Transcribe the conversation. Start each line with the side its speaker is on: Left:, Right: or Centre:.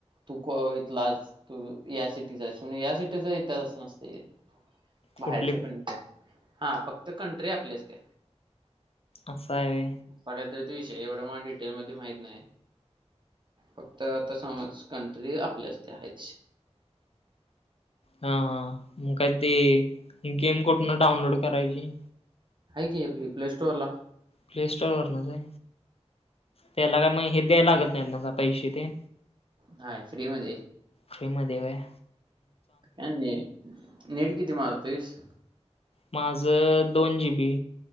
Right: तू इथला तू या सिटीचा आहे या सिटीचा इतिहासच नसते बाहेरचे
Left: कुठली
Right: पण येत हा फक्त कंट्री आपलीचते
Left: असं आहे
Right: गयद्र त विषय एवढा मला डिटेल मध्ये माहत नाही फक्त आता समज कंट्री आपल्या असते आहेच
Left: हा हा मग काय ते गेम कुठून डाउनलोड करायची
Right: आहे की आपली प्ले स्टोर ला
Left: प्ले स्टोर वर न का त्याला का मग हे द्याय लागत नाहीत ना का पैसे ते
Right: हा फ्री म
Left: फ्रीम देवय
Right: काय नीट किती मारतेस
Left: माझं दोन जी बी